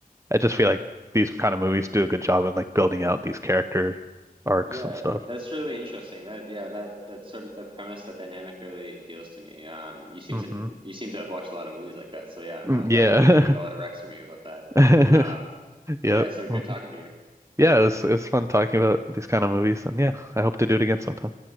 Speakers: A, on the right; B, on the right.
A: I just feel like these kind of movies do a good job in like building out these character arcs
B: Yeah,
A: and stuff.
B: that's really interesting. That yeah, that that sort of the premise, that dynamic really appeals to me. Um, you seem
A: hmm
B: to you seem to have watched a lot of movies like that. So yeah,
A: Mm,
B: I'll
A: Yeah.
B: definitely want to get a lot of recs from you about that.
A: <laughs>
B: Um,
A: Yep.
B: yeah, so good
A: Mhm.
B: talking to you.
A: yeah, it was, it was fun talking about these kind of movies, and yeah, I hope to do it again sometime.